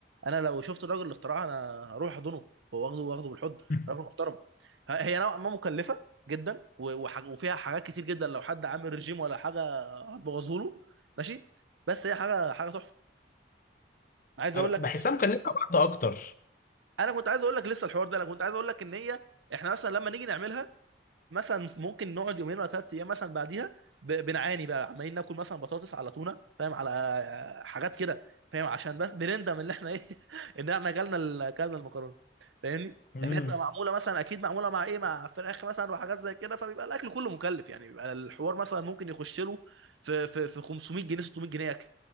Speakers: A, on the right (about 85°); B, on the left (about 50°).
A: انا لو شفت الراجل الاختراع انا هروح احضنه هو واخده واخده بالحضن
B: <laughs>
A: راجل محترم ه- هي نوعا ما مكلفه جدا و- وح- وفيها حاجات كتير جدا لو حد عامل رجيم ولا حاجه هتبوظه له ماشي بس هي حاجه حاجه تحفه عايز
B: أنا
A: اقول
B: بحسها
A: لك ان
B: مكلفه بعض اكتر
A: انا كنت عايز اقول لك لسه الحوار ده انا كنت عايز اقول لك ان هي احنا مثلا لما نيجي نعملها مثلا ممكن نقعد يومين ولا ثلاث ايام مثلا بعديها ب- بنعاني بقى عمالين ناكل مثلا بطاطس على تونه فاهم على آه، حاجات كده فاهم عشان بس بنندم ان احنا ايه <laughs> ان احنا اكلنا ال- اكلنا المكرونه فاهمني
B: امم
A: لان هي بتبقى معموله مثلا اكيد معموله مع ايه مع فراخ مثلا وحاجات زي كده فبيبقى الاكل كله مكلف يعني بيبقى الحوار مثلا ممكن يخش له في في في 500 جنيه 600 جنيه اكل